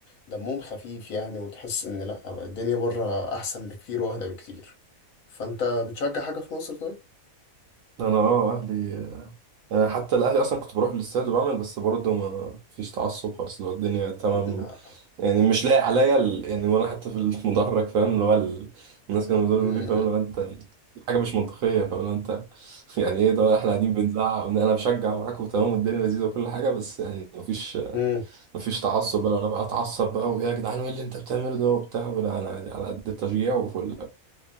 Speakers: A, on the left (about 70°); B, on the right (about 70°).
A: دمهم خفيف يعني وتحس ان لا الدنيا بره احسن بكتير واهدى بكتير فانت بتشجع حاجه في مصر طيب
B: انا اه اهلي أنا حتى الأهلي أصلا كنت بروح الاستاد وبعمل بس برضه ما فيش تعصب خالص اللي هو الدنيا تمام
A: لا
B: يعني مش لايق عليا ال... يعني وأنا حتى في المدرج فاهم اللي هو ال... الناس كانوا بيقولوا
A: امم
B: لي فاهم اللي هو أنت حاجة مش منطقية فاهم اللي هو أنت <laughs> يعني إيه ده إحنا قاعدين بنزعق وإن أنا بشجع معاكم وتمام والدنيا لذيذة وكل حاجة بس يعني مفيش
A: امم
B: مفيش تعصب بقى أنا بقى أتعصب بقى وإيه يا جدعان وإيه اللي أنت بتعمله ده وبتاع ولا أنا عادي على قد التشجيع وفل